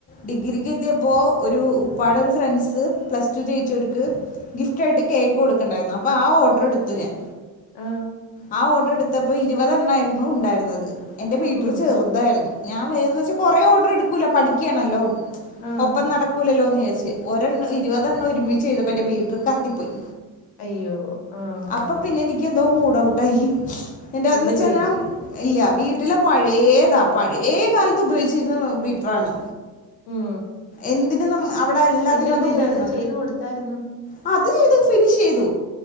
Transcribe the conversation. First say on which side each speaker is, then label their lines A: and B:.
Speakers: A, on the left; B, on the left.
A: ഡിഗ്രിക്ക് എത്തിയ പ്പോ ഒരു ഉപ്പാടെ ഒരു ഫ്രണ്ട്സ് പ്ലസ് ടു ജയിച്ചവർക്ക് ഗിഫ്റ്റായിയിട്ട് കേക്ക് കൊടുക്കണ്ടായിരുന്നു അപ്പോ ആ ഓർഡർ എടുത്ത് ഞാൻ
B: ആഹ്
A: ആഹ് ഓർഡർ എടുത്തപ്പോൾ ഇരുപതെണ്ണായിരുന്നു ഉണ്ടായിരുന്നത് എന്റെ ബീറ്ററ്
B: ഉം
A: ചെറുതായിരുന്നു ഞാൻ വേന്ന് വെച്ച് കൊറെ ഓർഡർ എടുക്കൂലോ പഠിക്കയാണല്ലോ
B: ആഹ്
A: മൊത്തം നടക്കൂലല്ലോന്ന് വിചാരിച്ച് ഒരെണ്ണം ഇരുപതെണ്ണം ഒരുമിച്ച് ചെയ്തപ്പോ എന്റെ ബീറ്ററ് കത്തിപ്പോയി
B: അയ്യോ ആഹ്
A: അപ്പൊ പിന്നെ എനിക്ക് എന്തോ മൂഡ്‌ ഔട്ടായി എന്റെ
B: പിന്നെ
A: അതെന്ന് വെച്ച്
B: ചെയ്തില്ല
A: കഴിഞ്ഞാ ഇല്ല്യ, വീട്ടിലെ പഴേതാ പഴേ കാലത്ത് ഉപയോഗിച്ചിര്ന്ന ബീറ്റ്റാണ്.
B: ഉം
A: എന്തിനെന്നും അവിടെ എല്ലാത്തിനും.
B: പിന്നെ എന്ത്
A: അത്
B: ചെയ്ത്
A: ഉപയോഗിക്കണം.
B: ചെയ്ത് കൊടുത്തായിരുന്നു
A: ആഹ് അത് ചെയ്തു, ഫിനിഷെയ്തു.